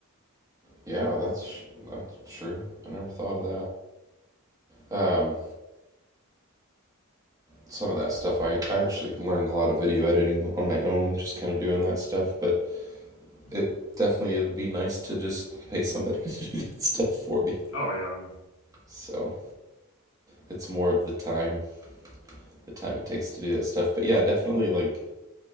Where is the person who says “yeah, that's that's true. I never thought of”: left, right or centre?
Right